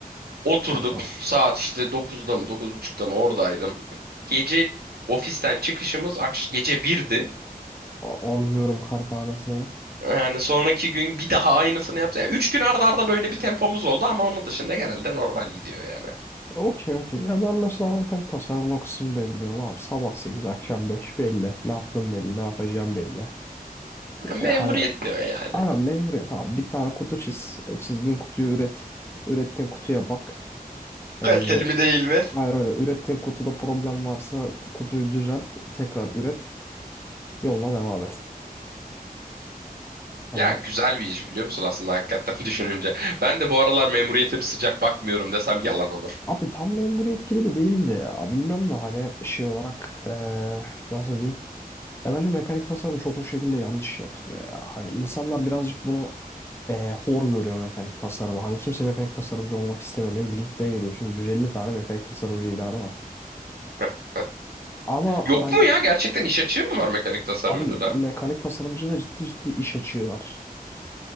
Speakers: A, on the right; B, on the left.
A: Oturduk
B: Tamam.
A: saat işte dokuzda mı dokuz buçukta mı oradaydım. Gece ofisten çıkışımız akş- gece birdi.
B: Anlıyorum kartanesi.
A: Yani sonraki gün bir daha aynısını yapsa. Yani üç gün arda arda böyle bir tempomuz oldu ama onun dışında genelde normal gidiyor yani.
B: Okey okey. Ya ben mesela alakalı tasarım o kısmını belirliyorum abi. Sabah 8 akşam 5 belli. Ne yaptım belli. Ne yapacağım belli.
A: Ha, Memuriyet
B: E, hani
A: diyor yani.
B: aynen memuriyet abi. Bir tane kutu çiz. E, Çizdiğin kutuyu üret. Ürettiğin kutuya bak. E,
A: Kaliteli mi değil mi?
B: hani öyle ürettiğin kutuda problem varsa kutuyu düzelt. Tekrar üret. Yoluna devam et. Hani
A: Ya güzel bir iş biliyor musun aslında hakikaten <laughs> düşününce. Ben de bu aralar memuriyete bir sıcak bakmıyorum desem yalan olur.
B: abi tam memuriyet gibi de değil bir de ya. Bilmiyorum da hani şey olarak e, nasıl diyeyim. Ya bence mekanik tasarım çok o şekilde yanlış yapılıyor ya. Hani insanlar birazcık bunu eee, hor görüyor mekanik tasarımı. Hani kimse mekanik tasarımcı olmak istemiyor. Ne bileyim LinkedIn'e giriyorsun 150 tane mekanik tasarımcı ilanı var.
A: Heh.
B: Ama
A: Yok
B: hani
A: mu ya? Gerçekten iş açığı mı var mekanik tasarımcıda?
B: abi mekanik tasarımcı da ciddi ciddi iş açığı var.